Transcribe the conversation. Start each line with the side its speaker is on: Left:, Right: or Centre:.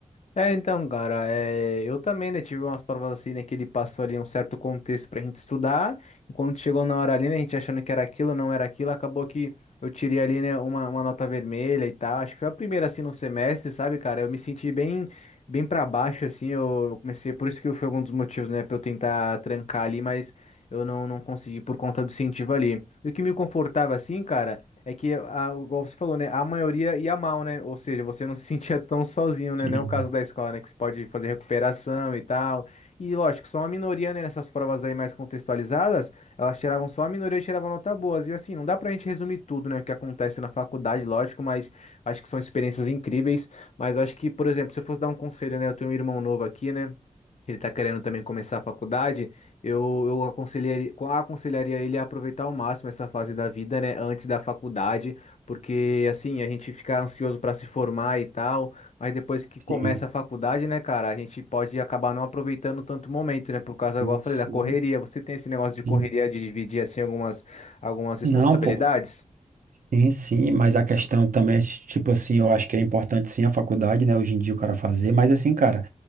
Left: É, então, cara, é, eu também, né, tive umas provas assim, né, que ele passou ali um certo contexto pra gente estudar, e quando chegou na hora ali, né, a gente achando que era aquilo, não era aquilo, acabou que eu tirei ali, né, uma, uma nota vermelha e tal, acho que foi a primeira, assim, no semestre, sabe, cara, eu me senti bem, bem pra baixo, assim, eu, eu comecei, por isso que foi um dos motivos, né, pra eu tentar trancar ali, mas eu não, não consegui por conta do incentivo ali. E o que me confortava, assim, cara... É que, a, igual você falou, né? A maioria ia mal, né? Ou seja, você não se sentia tão sozinho, né?
Right: Sim.
Left: Não é o caso da escola, né? Que você pode fazer recuperação e tal. E lógico, só uma minoria, né? Nessas provas aí mais contextualizadas, elas tiravam só a minoria e tiravam nota boas. E assim, não dá pra gente resumir tudo, né? O que acontece na faculdade, lógico, mas acho que são experiências incríveis. Mas eu acho que, por exemplo, se eu fosse dar um conselho, né? Eu tenho um irmão novo aqui, né? Ele tá querendo também começar a faculdade. Eu, eu aconselharia, co- aconselharia ele a aproveitar ao máximo essa fase da vida, né, antes da faculdade, porque assim, a gente fica ansioso para se formar e tal, mas depois que começa
Right: Sim,
Left: a faculdade, né, cara, a gente pode acabar não aproveitando tanto o momento, né, por causa, igual eu falei,
Right: sim,
Left: da correria. Você tem esse negócio de correria
Right: sim.
Left: de dividir assim algumas algumas responsabilidades?
Right: Não, pô. Sim, sim, mas a questão também, é, tipo assim, eu acho que é importante sim a faculdade, né, hoje em dia o cara fazer, mas assim, cara,